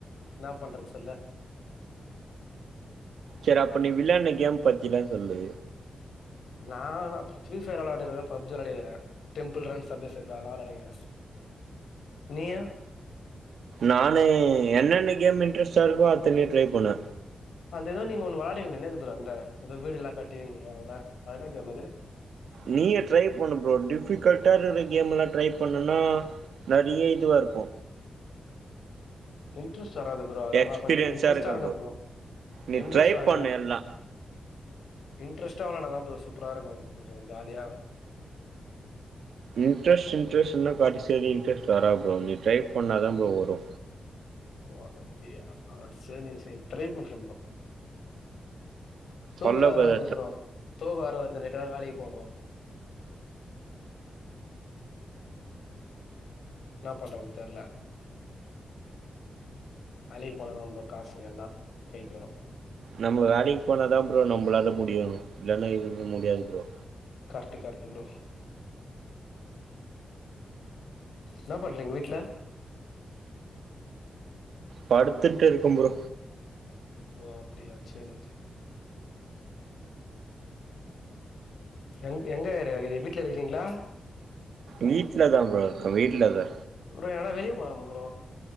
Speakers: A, on the left; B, on the right.
A: என்னா பண்றது சொல்லு
B: செரி அப்ப நீ விளாட்ன கேம் பத்திலா சொல்லு
A: நானா ஃப்ரீ ஃபயர் வெளாடிர்க்கே பப்ஜி வெளாடிகிற டெம்பல் ரன் சப்பேசப் எல்லா வெளாடிகிற நீயே
B: நானு என்னென்ன கேம் இன்ட்ரெஸ்ட்டா இருக்கோ அத்தனையு ட்ரை பண்ணுவே
A: அந்த ஏதோ நீங்க ஒன்னு வெளாடுவீங்ளே என்னது ப்ரோ அந்த ஏதோ வீடுல்லா கட்டுவீங்ல அதெல்லா அது என்னா கேம் அது
B: நீயூ ட்ரை பண்ணு ப்ரோ டிஃபிகல்ட்டா இருக்ற கேமெலா ட்ரை பண்ணுனா நெறைய இதுவா இருக்கு
A: இன்ட்ரெஸ்ட் வராது ப்ரோ அதெல்லா
B: எக்ஸ்பீரியன்ஸா
A: கொஞ்சொ இன்ட்ரெஸ்ட்டாருக்கனு
B: இருக்கே
A: ப்ரோ
B: நீ
A: இன்ட்ரெஸ்ட்டாருங்க
B: ட்ரை பண்ணு எல்லா
A: இன்ட்ரெஸ்ட்டா வெளாண்டா தா ப்ரோ சூப்பராருக்கு கொஞ்சொ ஜாலியா
B: இன்ட்ரெஸ்ட் இன்ட்ரெஸ்ட்னு காட்டி செரி இன்ட்ரெஸ்ட் வராது ப்ரோ நீ ட்ரை பண்ணாதா ப்ரோ வரு
A: ஓ அப்டியா ஆ சேரி சேரி ட்ரை பண்றே ப்ரோ தூக்கோ
B: சொல்ல
A: வேற
B: கூடாது
A: வர்து ப்ரோ தூக்கோ வேற வர்து நைட்டு வேற வேலைக்போனு ன்னா பண்றதுன் தெர்ல வேலக்கி போனாதா ப்ரோ காசு எல்லா கைக்கு வரு
B: நம்ப வேலக்கி போனாதா ப்ரோ நம்பளால முடியு இல்லனா எதுமே முடியாது ப்ரோ
A: கர்ட்டு கர்ட்டு ப்ரோ ன்னா பண்றீங்க வீட்ல
B: படுத்துட்ருக்கே ப்ரோ
A: ஓ அப்டியா சேரிங் சே எங் எங்கருக்க வீட்ல இருக்றீங்ளா
B: வீட்ல தா ப்ரோ‌ இருக்க வீட்ல தா
A: ப்ரோ எங்கனா வெளிய போலாமா ப்ரோ